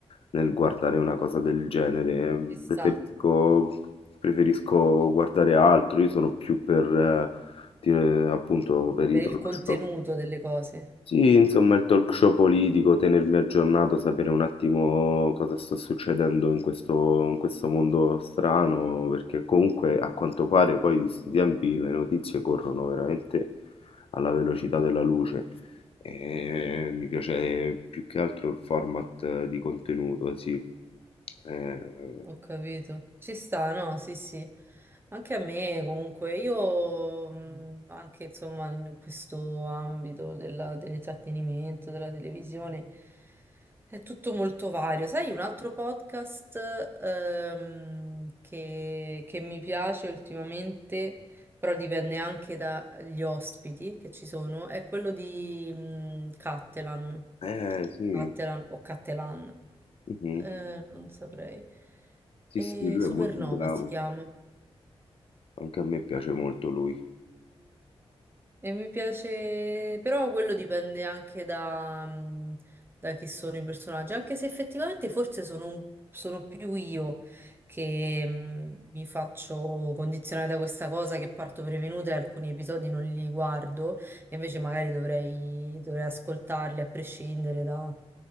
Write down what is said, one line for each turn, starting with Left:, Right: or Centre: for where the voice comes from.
Left: nel guardare una cosa del genere.
Right: Ci sta
Left: Preferisco, preferisco guardare altro, io sono più per, eh, dire, appunto, per
Right: per
Left: i talk
Right: il contenuto
Left: show.
Right: delle cose.
Left: Sì, insomma, il talk show politico, tenermi aggiornato, sapere un attimo cosa sta succedendo in questo, in questo mondo strano, perché comunque a quanto pare poi di questi tempi le notizie corrono veramente alla velocità della luce e mi piace più che altro il format eh, di contenuto, sì. Eh,
Right: Ho capito. Ci sta, no? Sì, sì. Anche a me, comunque, io mh, anche insomma in questo ambito della- dell'intrattenimento, della televisione, è tutto molto vario. Sai, un altro podcast ehm, che, che mi piace ultimamente però dipende anche dagli ospiti che ci sono, è quello di mh, Cattelan,
Left: eh, sì,
Right: Cattelan o Cattelan,
Left: mhm.
Right: Eh, non saprei.
Left: Sì,
Right: E
Left: sì, lui
Right: Supernova
Left: è molto bravo,
Right: si chiama.
Left: anche a me piace molto lui.
Right: E mi piace, però quello dipende anche da, mh, da chi sono i personaggi, anche se effettivamente forse sono, un- sono più io che mh, mi faccio condizionare da questa cosa che parto prevenuta e alcuni episodi non li guardo, e invece magari dovrei, dovrei ascoltarli a prescindere dal